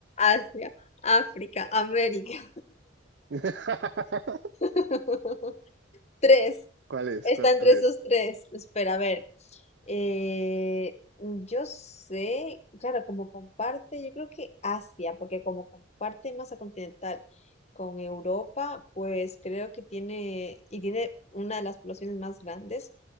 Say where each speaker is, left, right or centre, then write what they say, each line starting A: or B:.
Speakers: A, on the left (about 35°); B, on the right (about 65°).
A: Asia, África, América.
B: <laughs>
A: <laughs> Tres.
B: ¿Cuál es?
A: Está
B: ¿Cuál
A: entre
B: es?
A: esos tres. Espera, a ver. Eh, yo sé, claro, como comparte, yo creo que Asia, porque como comparte masa continental con Europa, pues creo que tiene, y tiene una de las poblaciones más grandes